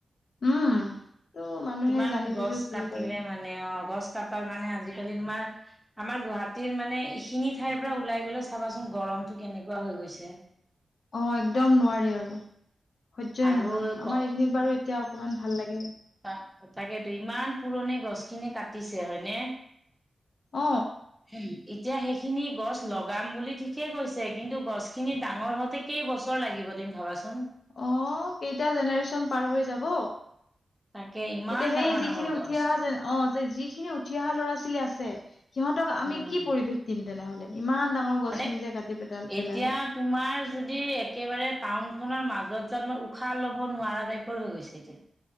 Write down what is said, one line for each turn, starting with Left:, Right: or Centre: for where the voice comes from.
Left: উম ত' মানুহে
Centre: কিমান
Left: জানি
Centre: গছ
Left: বুজিও ভুল
Centre: কাটিলে
Left: কৰে
Centre: মানে আও গছ কাটাৰ কাৰণে আজিকালি তোমাৰ আমাৰ গুৱাহাটীৰ মানে এইখিনি ঠাইৰ পৰা ওলাই গলে চাবাচোন গৰমতটো কেনেকুৱা হৈ গৈছে
Left: অ একদম নোৱাৰি আৰু সহ্যই
Centre: আৰু
Left: নহয়
Centre: গ
Left: আমাৰ এইখিনিত বাৰু এতিয়া অকমান ভাল লাগে
Centre: ত তাকেতো ইমান পুৰণি গছ খিনি কাটিছে হয়নে
Left: অ
Centre: উ এতিয়া সেইখিনি গছ লগাম বুলি ঠিকেই কৈছে কিন্তু গছ খিনি ডাঙৰ হওতে কেই বছৰ লাগিব তুমি ভাবাচোন
Left: অ কেইটা জেনেৰেশ্যন পাৰ হৈ যাব
Centre: তাকে ইমান
Left: এতিয়া সেই
Centre: ডাঙৰ
Left: যিখিনি
Centre: ডাঙৰ গছ
Left: উঠি অহা জেনে অ যে যিখিনি উঠি অহা ল'ৰা ছোৱালী আছে সিহঁতক আমি
Centre: উম
Left: কি পৰিৱেশ দিম তেনেহলে ইমান ডাঙৰ গছখিনি
Centre: মানে
Left: যে কাটি পেলাল
Centre: এতিয়া
Left: পেলালে
Centre: তোমাৰ যদি একেবাৰে টাউনখনৰ মাজত যোৱা উশাহ ল'ব নোৱাৰা টাইপৰ হৈ গৈছে এতিয়া